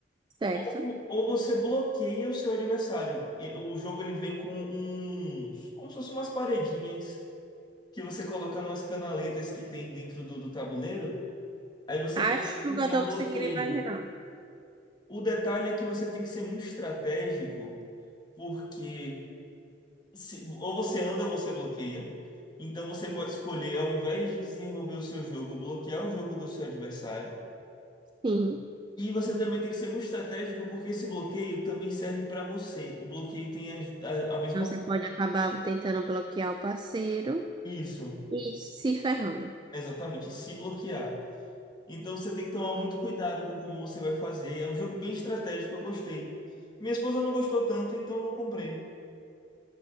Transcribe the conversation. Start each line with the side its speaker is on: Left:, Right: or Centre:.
Right: Certo.
Left: Ou, ou você bloqueia o seu adversário. E- O jogo ele vem com uns, como se fossem umas paredinhas que você coloca nas canaletas que tem dentro do, do tabuleiro. Aí você
Right: Acho
Left: pode
Right: que
Left: enviar
Right: eu tô
Left: um bloqueio.
Right: conseguindo imaginar.
Left: O detalhe é que você tem que ser muito estratégico, porque se- ou você anda ou você bloqueia. Então você pode escolher, ao invés de desenvolver o seu jogo, bloquear o jogo do seu adversário.
Right: Sim.
Left: E você também tem que ser muito estratégico, porque esse bloqueio também serve para você. O bloqueio tem a, a, a mesma
Right: Então, Você pode acabar tentando bloquear o parceiro
Left: Isso,
Right: e se ferrando.
Left: exatamente, se bloquear. Então você tem que tomar muito cuidado com como você vai fazer. É um jogo bem estratégico, eu gostei. Minha esposa não gostou tanto, então eu não comprei.